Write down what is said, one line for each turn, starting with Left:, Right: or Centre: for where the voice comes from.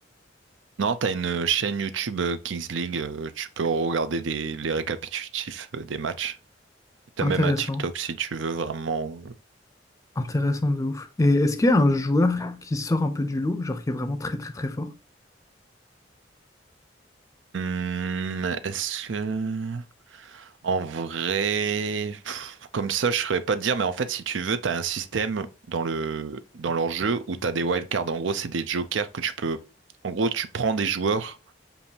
Right: Non, t'as une euh, chaîne YouTube euh, Kings League, euh, tu peux regarder des- les récapitulatifs euh, des matchs. T'as
Left: Intéressant,
Right: même un TikTok si tu veux vraiment.
Left: intéressant de ouf. Et est-ce qu'il y a un joueur qui sort un peu du lot, genre qui est vraiment très très très fort?
Right: Hum, est-ce que... En vrai... pff, comme ça, je saurais pas te dire, mais en fait, si tu veux, t'as un système dans le... dans leur jeu où t'as des wildcards. En gros, c'est des jokers que tu peux... En gros, tu prends des joueurs,